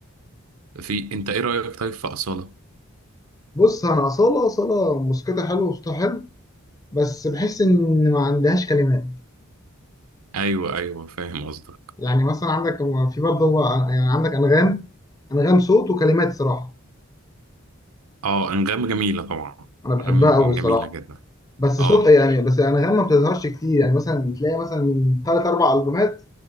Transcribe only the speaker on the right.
في انت ايه رايك طيب في اصاله
ايوه ايوه فاهم قصدك
اه انغام جميله طبعا
انغام
جميله جدا
اه